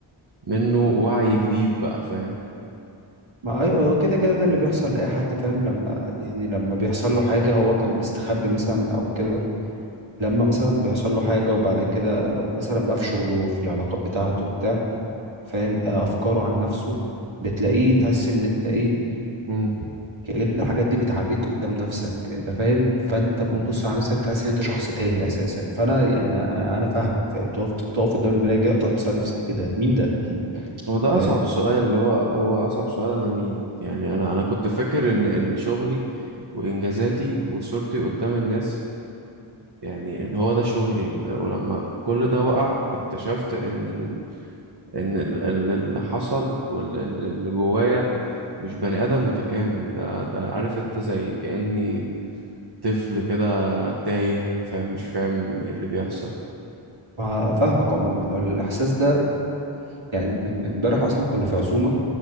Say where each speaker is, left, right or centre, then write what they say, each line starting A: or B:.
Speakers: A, on the right; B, on the right.
A: منه وعي جديد بقى فاهم
B: ما اي هو كده كده ده اللي بيحصل لأي حد فاهم لما يعني لما بيحصل له حاجة هو كان مستخبي مثلا او كده لما مثلا بيحصل له حاجة وبعد كده مثلا بقى في شغله في العلاقات بتاعته وبتاع فاهم آه، افكاره عن نفسه بتلاقيه تحس ان انت ايه
A: مم.
B: كأن الحاجات دي بتعريك قدام نفسك انت فاهم فانت بتبص
A: مم.
B: على نفسك تحس ان انت شخص تاني اساسا فانا يعني أ- انا فاهمك فاهم تقف تقف قدام المراية كده تقعد تسأل نفسك ايه ده مين ده <laughs>
A: هو ده
B: فاهم
A: أصعب سؤال اللي هو هو أصعب سؤال أنا مين يعني أنا أنا كنت فاكر إن إن شغلي وإنجازاتي وصورتي قدام الناس يعني إن هو ده شغلي ولما كل ده وقع اكتشفت إن ال... إن ال... إن اللي حصل واللي جوايا مش بني آدم متكامل ده ده عارف أنت زي كأني طفل كده تايه فاهم مش فاهم إيه اللي بيحصل
B: فا- فاهمك عموما هو الاحساس ده يعني من- امبارح اصلا كنا في عزومة